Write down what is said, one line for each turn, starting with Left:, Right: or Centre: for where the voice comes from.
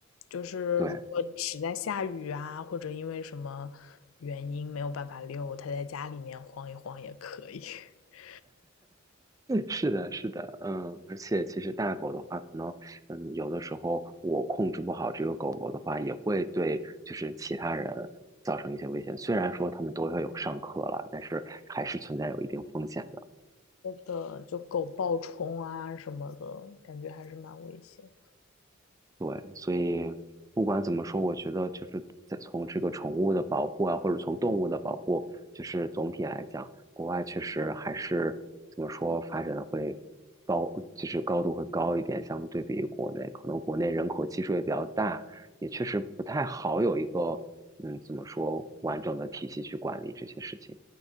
Left: 就是如果实在下雨啊，
Right: 对，
Left: 或者因为什么原因没有办法遛，它在家里面晃一晃也可以。<laughs> 是
Right: 嗯是的，是的，嗯，而且其实大狗的话，可能嗯，有的时候我控制不好这个狗狗的话，也会对就是其他人造成一些危险。虽然说他们都要有上课了，但是还是存在有一定风险的。
Left: 的，就狗暴冲啊什么的，感觉还是蛮危险的，
Right: 对，所以不管怎么说，我觉得就是在从这个宠物的保护啊，或者从动物的保护，就是总体来讲，国外确实还是怎么说发展的会高，就是高度会高一点，相对比于国内，可能国内人口基数也比较大，也确实不太好有一个嗯怎么说完整的体系去管理这些事情。